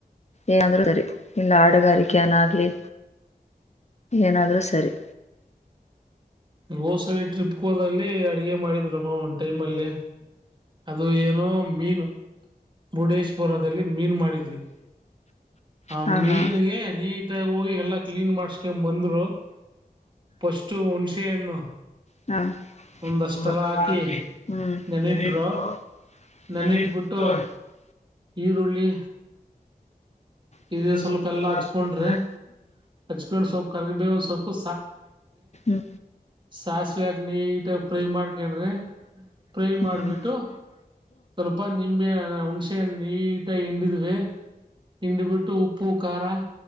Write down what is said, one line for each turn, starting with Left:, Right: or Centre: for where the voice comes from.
Left: ಏನಾದ್ರು ಸರಿ ಇಲ್ಲ ಆಡುಗಾರಿಕೆನಾಗ್ಲಿ ಏನಾದ್ರರು ಸರಿ
Right: ಹೋ ಸರಿ ಟ್ರಿಪ್ ಹೋದಲ್ಲಿ ಅಡಿಗೆ ಮಾಡಿದ್ ತಮ್ಮ ಒನ್ ಟೈಮ ಅಲ್ಲಿ ಅದು ಏನು ಮೀನು ಮುರುಡೇಶ್ವರದಲ್ಲಿ ಮೀನ್ ಮಾಡಿದ್ವಿ ಆ
Left: ಹ
Right: ಮೀನ್ಗೆ
Left: ಹಾ
Right: ನೀಟಾಗಿ ಹೋಗಿ ಎಲ್ಲ ಕ್ಲೀನ್ ಮಾಡ್ಸ್ಕೊ ಬಂದ್ರು ಪಷ್ಟು ಹುಣಸೆ ಹಣ್ಣು
Left: ಹ
Right: ಒಂದಷ್ಟೆಲ್ಲ ಹಾಕಿ
Left: ಹ
Right: ನೆನಿಟ್ರು
Left: ಹೂ
Right: ನೆನಿಟ್ಬಿಟ್ಟು ಈರುಳ್ಳಿ
Left: ಹೂ
Right: ಇದು
Left: ಹೂ
Right: ಸ್ವಲ್ಪ ಎಲ್ಲ ಹಚ್ಕೊಂಡ್ರಿ ಹಚ್ಕೊಂಡು ಸ್ವಲ್ಪ ಕರಿಬೇವಿನ ಸೊಪ್ಪು
Left: <unintelligible>
Right: ಸಾಸ್ ಸಾವೇ ನೀಟಾಗಿ ಫ್ರೈ ಮಾಡ್ಕೊಂಡ್ರೆ ಫ್ರೈ ಮಾಡ್ಬಿಟ್ಟು
Left: ಹ್ಮ್
Right: ಸ್ವಲ್ಪ ನಿಂಬೆ ಹುಣಸೆ ನೀಟಾಗಿ ಹಿಂಡಿದ್ವಿ ಹಿಂಡಿಬಿಟ್ಟು ಉಪ್ಪು ಖಾರ